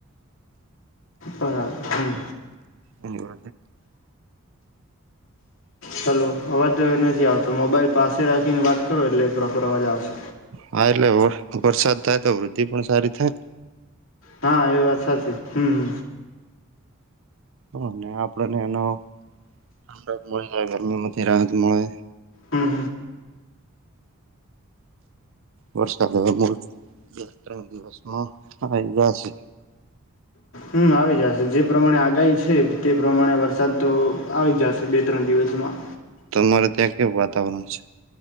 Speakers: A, on the left; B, on the right.
A: બરાબર હમ
B: એનીે
A: ચલો અવાજ નથી આવતો મોબાઈલ પાસે રાખીને વાત કરો એટલે પ્રોપર અવાજ આવશે
B: હા એટલે વરસાદ થાય તો વૃદ્ધિ પણ સારી થાય
A: હા એ વાત સાચી હમ
B: હ અને આપડને એનો ઠંડ મળી જાય ગરમીમાંથી રાહત મળે
A: હમ
B: વરસાદ હવા મૂલ બે ત્રણ દિવસમાં આવી ગ છે
A: હમ આવી જશે જે પ્રમાણે આગાહી છે તે પ્રમાણે વરસાદ તો આવી જશે બે ત્રણ દિવસમાં
B: તમારે ત્યાં કેવું વાતાવરણ છે